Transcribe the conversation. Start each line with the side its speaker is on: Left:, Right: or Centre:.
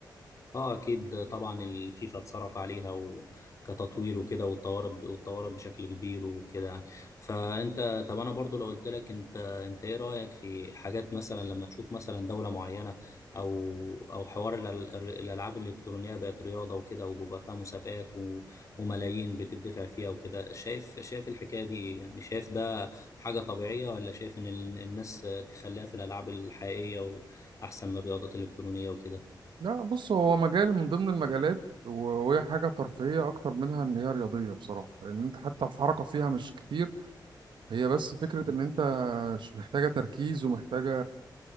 Left: اه اكيد طبعا الفيفا اتصرف عليها و... كتطوير وكده واتطورت واتطورت بشكل كبير وكده يعني فانت طب انا برضو لو قلت لك انت انت ايه رايك في حاجات مثلا لما تشوف مثلا دوله معينه او او حوار الأل- الر- الالعاب الالكترونيه بقت رياضه وكده وبيبقى فيها مسابقات و... وملايين بتدفع فيها وكده شايف شايف الحكايه دي يعني شايف ده حاجه طبيعيه ولا شايف ان ال- الناس تخليها في الالعاب الحقيقيه واحسن من الرياضات الالكترونيه وكده
Right: لا بص هو مجال من ضمن المجالات و- وهي حاجة ترفيهية أكتر منها إن هي رياضية بصراحة لأن أنت حتى الحركة فيها مش كتير هي بس فكرة إن أنت مش محتاجة تركيز ومحتاجة